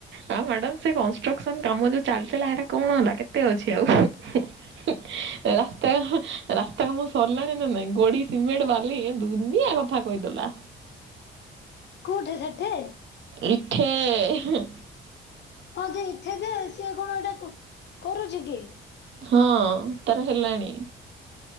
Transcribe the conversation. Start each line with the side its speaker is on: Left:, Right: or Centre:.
Right: ଆଁ ମ୍ୟାଡ଼ାମ ସେ କନଷ୍ଟ୍ରକସନ କାମ ଯୋଉ ଚାଲିଥିଲା ହେଟା କଣ ହେଲା କେତେ ଅଛି ଆଉ। ହୁଁ ହୁଁ ରାସ୍ତା ରାସ୍ତା କାମ ସରିଲାଣି ନା ନାଇଁ ଗୋଡ଼ି ସିମେଣ୍ଟ ବାଲି ଏ ଦୁନିଆ କଥା ଥା କହିଦେଲା।
Left: କୋଉଠି ସେଠି?
Right: ଈଠେ ହେଁ।
Left: ହଁ ଯେ ଈଠେ ଯେ ସିଏ କଣ ଏଟା କ କରୁଛି କି?
Right: ହଁ ତାର ହେଲାଣି।